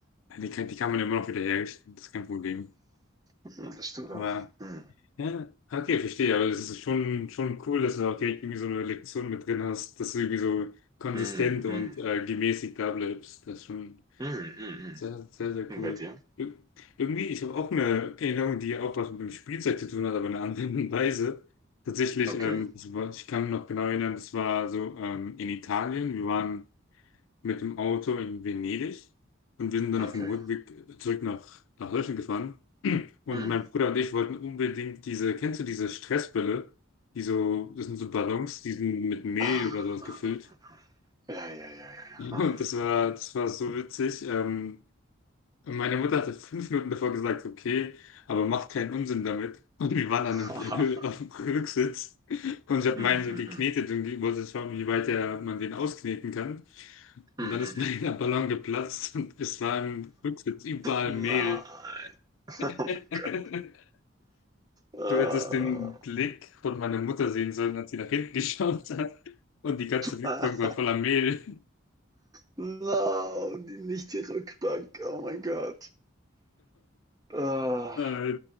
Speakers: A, on the left; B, on the right.
A: Ja, Die kann, die kann man immer noch wieder herrichten, das ist kein Problem.
B: Hm, Das stimmt
A: Aber,
B: auch. Hm.
A: ja, okay, verstehe. Aber es ist schon, schon cool, dass du auch direkt irgendwie so eine Lektion mit drin hast, dass du irgendwie so konsistent
B: Hm,
A: und
B: hm.
A: äh, gemäßigt da bleibst. Das ist schon
B: Hm, hm, hm.
A: sehr, sehr, sehr
B: Und
A: cool.
B: bei dir?
A: Ir- Irgendwie, ich habe auch eine Erinnerung, die auch was mit dem Spielzeug zu tun hat, aber in einer anderen <laughs> Weise. Tatsächlich,
B: Okay,
A: ähm, das war, ich kann mich noch genau erinnern, das war so ähm, in Italien. Wir waren mit dem Auto in Venedig und wir sind dann
B: okay.
A: auf dem Rückweg zurück nach, nach Deutschland gefahren. Und
B: Hm.
A: mein Bruder und ich wollten unbedingt diese, kennst du diese Stressbälle? Die so, das sind so Ballons, die sind mit Mehl
B: Ah,
A: oder sowas
B: ah, ah.
A: gefüllt.
B: Ja, ja, ja, ja,
A: <laughs>
B: ja.
A: Und
B: Ah.
A: das war, das war so witzig. Ähm, und meine Mutter hatte fünf Minuten davor gesagt, okay, aber macht keinen Unsinn damit. Und wir waren
B: <laughs>
A: dann im, <laughs> auf dem Rücksitz und ich habe
B: Hm,
A: meinen so
B: hm,
A: geknetet
B: hm.
A: und wollte schauen, wie weit er, man den auskneten kann. Und
B: Hm,
A: dann
B: hm,
A: ist mir
B: hm.
A: <laughs> der Ballon geplatzt und es war im Rücksitz überall
B: Nein.
A: Mehl.
B: <laughs>
A: <laughs>
B: Oh mein Gott. Ah,
A: Du hättest den Blick von meiner Mutter sehen sollen, als sie nach hinten <laughs> geschaut hat. Und die ganze Rückbank
B: ah,
A: war voller Mehl. <laughs>
B: no, die, nicht die Rückbank. Oh mein Gott. Ah,
A: Äh,